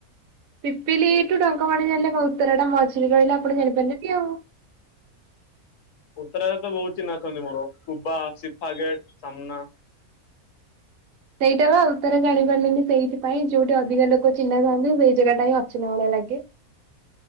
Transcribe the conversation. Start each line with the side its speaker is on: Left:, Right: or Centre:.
Right: ପିପିଲି ଠୁ ଡଙ୍କପାଣି ଜାଣିଲେ କଣ ଉତ୍ତରାଟା ମଝିରେ ରହିଲେ ଆପଣ ଜାଣିପାରିଲେନ କି ଆଉ।
Left: ଉତ୍ତରାରେ ତ ବହୁତ ଚିହ୍ନା ଅଛନ୍ତି ମୋର। କୁବା ସିଫା ଗେଟ୍ ସାମ୍ନା।
Right: ସେଇଟା ବା ଉତ୍ତରା ଜାଣିପାରିଲେନି ସେଇଥିପାଇଁ। ଯୋଉଠି ଅଧିକା ଲୋକ ଚିହ୍ନା ଥାନ୍ତି ସେଇ ଜାଗା ଟା ହିଁ ଅଛିନା ଭଳିଆ ଲାଗେ।